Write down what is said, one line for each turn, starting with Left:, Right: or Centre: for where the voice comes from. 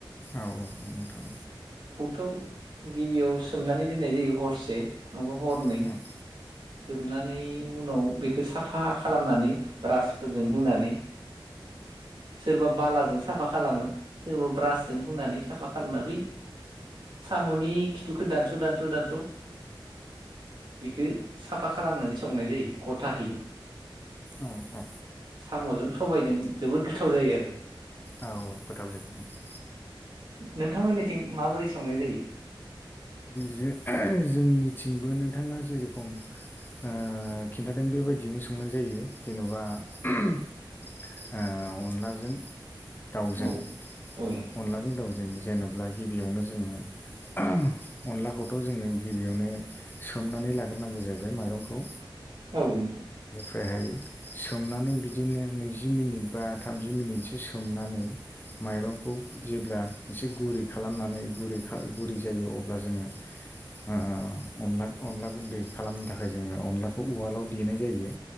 Left: औ-औ औ नोंथां
Right: थ' गिबियाव सोमनानै दोननाय जायो हरसे नङाबा हरनै
Left: औ औ
Right: सोमनानै उनाव बेखौ साफा खालामनानै ब्रासफोरजों हुनानै सोरबा बालाजों साफा खालामो सोरबा ब्रासजों होनुनानै साफा खालामना बै साम'नि खिथुखौ दानस'-दानस' दानस' बेखौ साफा खालामनानै संनाय जायो गथाहैनो
Left: औ औ
Right: साम'जों सबायजों जोबोद गोथाव जायो आरो
Left: औ-औ गोथाव जायो नोंथां
Right: नोंथांमोननिथिं माबोरै संनाय जायो
Left: जो जोंनिथिंबो नोंथाङा जिरखम आ खिन्थादों बेबायदिनो संनाय जायो जेन'बा ओ अनलाजों दाउजों
Right: औ औ नोंथां
Left: अनलाजों दाउजों जेन'ब्ला गिबियावनो जोङो अनलाखौथ' जोङो गिबियावनो सोमनानै लाग्रोनांगौ जाहैबाय माइरंखौ
Right: औ नोंथां
Left: ओमफ्रायहाय सोमनानै बिदिनो नैजि मिनिट बा थामजि मिनिटसो सोमनानै माइरंखौ जेब्ला एसे गुरै खालामनानै गुरै खा गुरै जायो अ ब्ला जोङो ओ ओ ओ अनला अनलाखौै गुन्दै खालामनो थाखाय जोङो अनलाखौ उवालाव देनाय जायो।